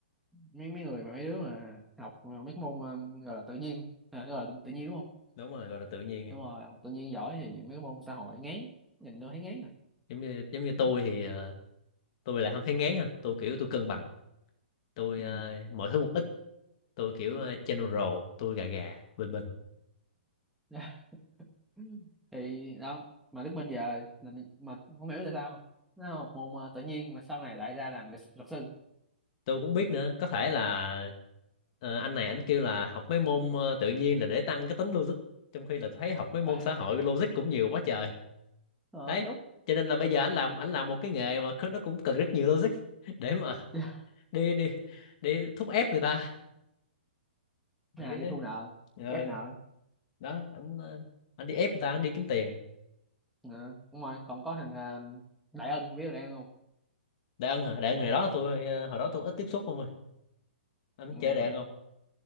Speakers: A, in the centre; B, on the left.
A: mấy mấy người mà mấy đứa mà học mà mấy cái môn ờ, gọi là tự nhiên à, gọi là tự nhiên đúng không
B: đúng rồi gọi là tự nhiên
A: đúng rồi học tự nhiên giỏi thì mấy cái môn xã hội ngán nhìn đâu thấy ngán rồi
B: giống như giống như
A: ừ.
B: tôi thì ờ, tôi lại không thấy ngán ha tôi kiểu tôi cân bằng tôi
A: Ừ.
B: ờ, mọi thứ một ít tôi kiểu
A: Ừ.
B: ờ, general tôi gà gà bình bình
A: Ừ. <laughs> Ừ. thì đó mà Đức Minh giờ là mình- mà không hiểu tại sao nó học môn ờ, tự nhiên mà sau này lại ra làm luật, luật sư
B: tôi cũng biết nữa có thể là ờ, anh này anh kêu là học mấy môn ờ, tự nhiên là để tăng cái tính logic trong khi là tôi thấy học mấy môn
A: à,
B: xã hội logic cũng nhiều quá trời
A: ờ,
B: đấy
A: đúng
B: cho nên là bây giờ anh làm anh làm một cái nghề mà có- nó cũng cần rất nhiều logic <laughs> để mà
A: <laughs>
B: đi đi đi thúc ép người ta để
A: à,
B: cái
A: đi
B: chứ
A: thu nợ
B: Ờ,
A: ép nợ
B: đó anh ờ, anh đi ép người ta anh đi kiếm tiền
A: Ờ, đúng rồi còn có thằng ờ, Đại Ân biết thằng Đại Ân không
B: đại ân hả đại ân hồi đó tôi ờ, hồi đó tôi ít tiếp xúc không ơi anh
A: Ôi,
B: chơi đại
A: ờ,
B: ân không